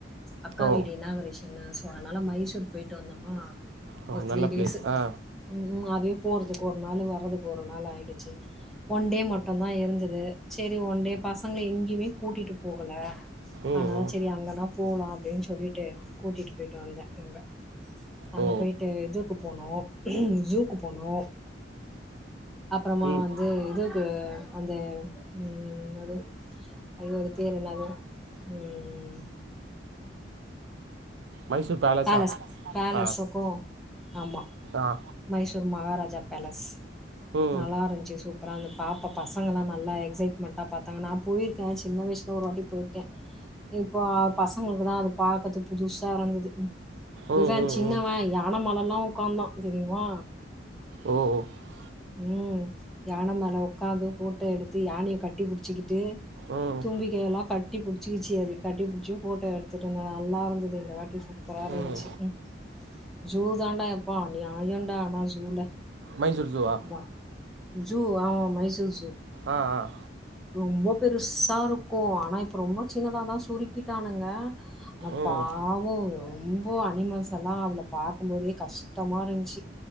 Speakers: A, in the centre; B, on the right (about 65°).
A: அக்கா
B: ஓ
A: வீடு இனாகரேஷன் அதனால மைஷுர் போயிட்டு வந்தோமா
B: ஓ
A: ஒரு த்ரீ
B: நல்ல
A: டேஸ்
B: பிளேஸ் ஆ
A: ம் ம் அதுவே போறது ஒரு நாள் வர்றதுக்கு ஒரு நாள் ஆயிடுச்சு ஒன் டே மட்டு தா இருந்துது செரி ஒன் டே பசங்கள எங்கயுமே கூட்டிட்டு போகல
B: ம்
A: அனாலா
B: ம்.
A: செரி அங்கன்னா போலா அப்டின்னு சொல்லிட்டு கூட்டிட்டு போயிட்டு வந்தே அங்க அங்க
B: ஓ
A: போய்ட்டு இதுக்கு போனோ ஷுக்கு போனோ அப்பறமா
B: ம்
A: வந்து இதுக்கு ஆ அந்த ம் ம் ம் அது ஐயோ அது பேர் என்னது ம் ம் ம்
B: மைசூர் பேலஸா
A: பேலஸ் பேலஸ்ஸுக்கு
B: ஆ
A: ஆமா
B: ஆ
A: மைஷூர் மகாராஜ் ஜா பேலஸ்
B: ம்
A: நல்லாருந்துச்சு சூப் அப்ற அந்த பாப்பா பசங்கெல்லா நல்லா எக்ஸைட்மெண்ட்டா பாத்தாங்க நா போயிருக்கே சின்ன வயசுல ஒரு வாட்டி போய்ருக்கே இப் ப பசங்களுக்கு தா அது பாக்கதுக்கு புதுசா இருந்துது
B: ம்
A: இவன்
B: ம்
A: சின்னவ
B: ம்
A: யான மேலல்லா உக்காந்தா தெரியுமா
B: ஓ ஓ.
A: உம் யான மேல உக்காந்து போட்டோ எடுத்து யானயை கட்டி புடிச்சிக்கிட் டு
B: ம்
A: தும்பிக்கையல்லாம் கட்டிப் கட்டி புடிச்சிகிச்சி அது கட்டி புடிச்சியும் ஃபோட்டோ எடுத்துட்டு இருந்தோம் நல்லா இருந்துது இந்த வாட்டி சூப்பராயிருஞ்சு
B: ம்
A: உம் ஜூ தாண்டா எப்பா அநியாயோண்டா ஆனா ஜூல
B: மைசூர் ஜுவா
A: வா ஜூ ஆமா மைசூர் ஜூ
B: ஆஹ் அஹ்
A: ரொம்ப பெருசா இருக்கு ஆனா இப்பு ரொம்பா சின்னதாதா சுருக்கிட்டானுங்க ஆனா
B: ம்
A: பாவோ ரொம் போ அனிமல்ஸ் எல்லா அதுல பாக்கும் போதே கஷ்டமாரின்ச்சு